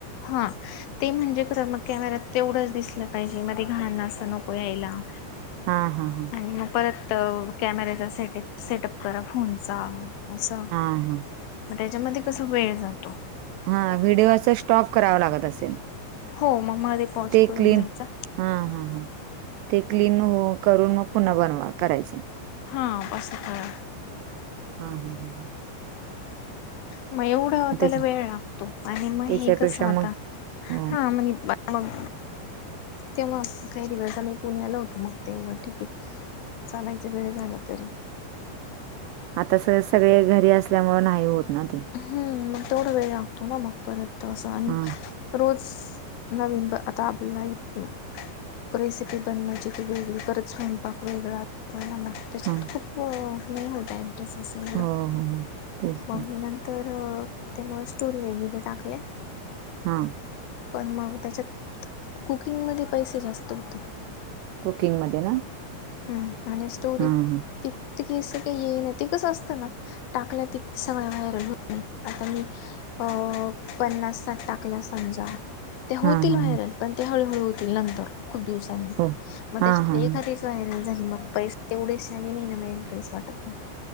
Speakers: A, on the left; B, on the right.
A: हां. ते म्हणजे खर मग कॅमेरात तेवढंच दिसलं पाहिजे मध्ये घाण असं नको यायला.
B: हां, हां, हां.
A: आणि मग परत कॅमेरेचा सेट एप सेटअप करा फोनचा असं
B: हां, हां.
A: मग त्याच्यामध्ये कस वेळ जातो.
B: हा व्हिडिओ अस स्टॉप करावा लागत असेल.
A: हो मग मध्ये पॉज
B: ते
A: करून
B: क्लीन
A: द्यायचा
B: हा हा हा. ते क्लीन हो करून मग पुन्हा बनवा करायचं.
A: हा कसपण
B: हा हम हम ह.
A: मग एवढ
B: मग
A: त्येला
B: तेच
A: वेळ लागतो आणि मग
B: त्याच्यापेक्षा
A: हे कस आता
B: मग हो.
A: हा म्हणे मग तेव्हा काही दिवस आम्ही पुण्याला होतो मग तेव्हा ठीके. चालायचा वेळ झाला तरी.
B: आता स सगळे घरी असल्यामुळे नाही होत. ना ते
A: हम्म मग तेवढा वेळ लागतो ना मग परत असं आणि
B: हां
A: रोज -- नवीन ब अताबपल्याला हित रेसिपी बनवायची ती वेगळी परत स्वयंपाक वेगळा होईल न मग. त्याच्यात
B: हां
A: खूप नाही होत एडजेस्ट असं एवढं
B: हो हो हो तेच की
A: मग मी नंत तर ते मला स्टोरी वैगेरे टाकल्या.
B: हा.
A: पण मग त्याच्यात कुकिंगमध्ये पैसे जास्त होते.
B: कुकिंगमध्ये ना.
A: हम्म आणि स्टोरीत
B: हां हां
A: तीत -तकी अस काही येईन ते कसं असतं ना टाकलं त सगळ्या व्हायरल होत नाही आता मी अ पन्नास साठ टाकल्या समजा ते
B: हां
A: होतील
B: हां
A: व्हायरल
B: हां
A: पण ते हळूहळू होतील नंतर खूप दिवसांनी
B: हो
A: मग
B: हां
A: त्येच्यातल
B: हां हां
A: एखादीच व्हायरल झाली मग पैसे तेवढेच आले नाही ना मग इंटरेस वाटत नाही.